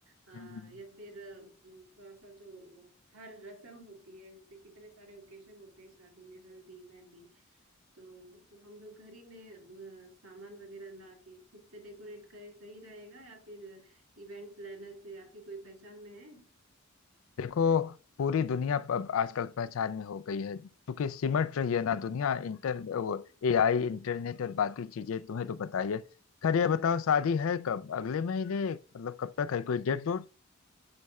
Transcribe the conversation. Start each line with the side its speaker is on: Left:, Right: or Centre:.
Right: अ,
Left: हम्म हम्म, हम्म।
Right: या फिर अ, थोड़ा सा जो हर रस्म होती है जैसे कितने सारे ओकेशन होते हैं शादी में हल्दी मेहंदी तो हम लोग घर ही में अ, सामान वगैरह ला के खुद से डेकोरेट करें सही रहेगा या फिर इवेंट प्लानर से आपकी कोई पहचान में है
Left: देखो पूरी दुनिया अब आजकल पहचान में हो गई है क्योंकि सिमट रही है ना दुनिया इंटर वो एआई इंटरनेट और बाकी चीजें तुम्हें तो पता ही है खैर ये बताओ शादी है कब अगले महीने मतलब कब तक है कोई डेट